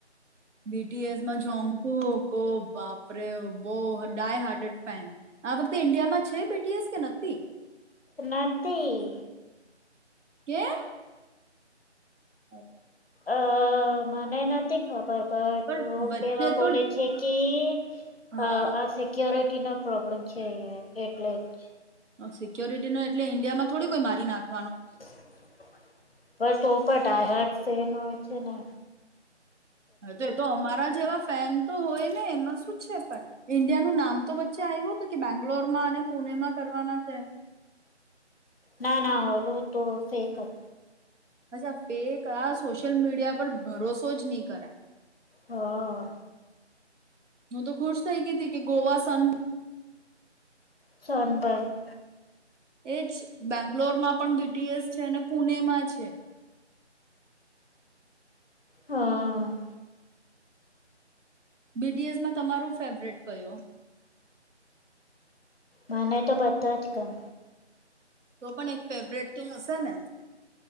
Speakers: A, on the right (about 85°); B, on the left (about 55°).
A: બીટીએસમાં જોન્કુ <unintelligible> આપડે બો ડાય હાર્ટેડ ફેન. આવખતે ઈન્ડિયામાં છે બેટીએસ કે નથી?
B: નથી.
A: કેમ? <inaudible>
B: અ મને નથી ખબર. બટ
A: પણ
B: લોકો
A: વચ્ચે
B: કેવા બોલે
A: તો
B: છે કે <unintelligible>
A: હા
B: અ આ સિક્યોરિટી કિનો પ્રોબ્લેમ છે એટલે જ.
A: સિક્યોરિટીનો એટલે ઈન્ડિયામાં થોડી કોઈ મારી નાખ
B: <unintelligible> તેનો એ છેને.
A: હા, એ તો એતો અમારા જેવા ફેન તો હોય, ને એમાં શું છે, પણ ઈન્ડિયાનું નામ તો વચ્ચે આવ્યું હતું, કે બેંગ્લોરમાં અને પુણેમાં કરવાના છે.
B: ના, ના ઓલુ, તો ફેક હતું.
A: અચ્છા ફેક, આ સોશિયલ મીડિયા પર ભરોસો જ નહી, કરાએ.
B: હા.
A: હું, તો ખુશ થઇ ગય હતી, કે ગોવા સન
B: સુનબુરણ.
A: એજ બેંગ્લોરમાં, પણ બીટીએસ છે, અને પુણેમાં છે.
B: હા.
A: બીટીએસમાં, તમારું ફેવરેટ કયો?
B: મને, તો બધા જ <unintelligible>
A: તો પણ એક ફેવરેટ તો હશે ને.